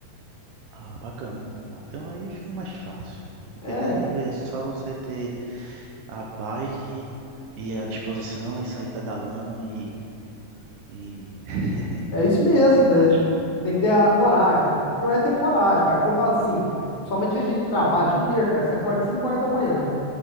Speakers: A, on the right; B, on the left.
A: Ah, bacana. Ah, então aí fica mais fácil. Porque
B: É,
A: daí é só você ter a bike e à disposição e sair pedalando e, e, <laughs>
B: é isso mesmo,
A: e ter mais.
B: né? Tem que ter a coragem, né? O problema é ter coragem, cara, porque eu falo assim, principalmente a gente trabalha o dia inteiro, cara, você acorda 5 horas da manhã.